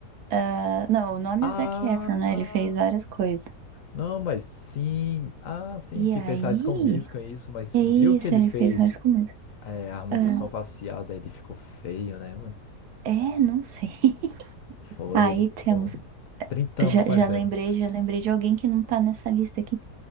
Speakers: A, on the right (about 80°); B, on the left (about 65°).
A: Ah, não, o nome
B: Ah,
A: é Zac Efron, né? Ele fez várias coisas.
B: não, mas sim. Ah, sim,
A: E
B: que
A: aí?
B: fez High School Musical, é isso. Mas
A: É
B: viu
A: isso,
B: que ele
A: ele
B: fez
A: fez mais comédia.
B: é, a harmonização
A: Ah,
B: facial, daí ele ficou feio, né, mano?
A: é, não sei. <laughs>
B: Foi,
A: Aí
B: ele ficou
A: temos.
B: 30
A: Já,
B: anos mais
A: já lembrei,
B: velho.
A: já lembrei de alguém que não tá nessa lista aqui.